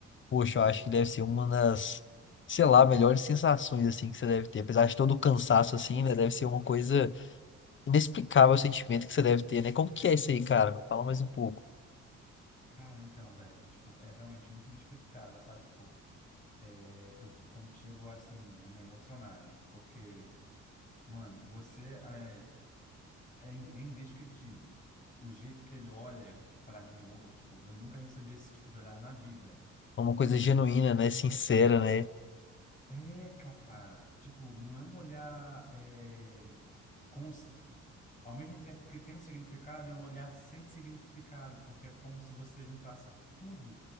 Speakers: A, on the left; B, on the left.
A: poxa, eu acho que deve ser uma das, sei lá, melhores sensações, assim, que você deve ter. Apesar de todo o cansaço, assim, né? Deve ser uma coisa. inexplicável o sentimento que você deve ter, né? Como que é isso aí, cara? Me fala mais um pouco.
B: Cara, então, velho, tipo, é realmente muito inexplicável, sabe? Tipo, é, eu como, chego assim a me emocionar, né? Porque, mano, você é, é, in- é indescritível. O jeito que ele olha pra mim, ou, ou, tipo, eu nunca recebi esse tipo de olhar na vida.
A: É uma coisa
B: Então,
A: genuína,
B: assim.
A: né? Sincera, né?
B: É, cara, tipo, não é um olhar é, cons- tipo, ao mesmo tempo que tem um significado, é um olhar sem significado, porque é como se você juntasse tudo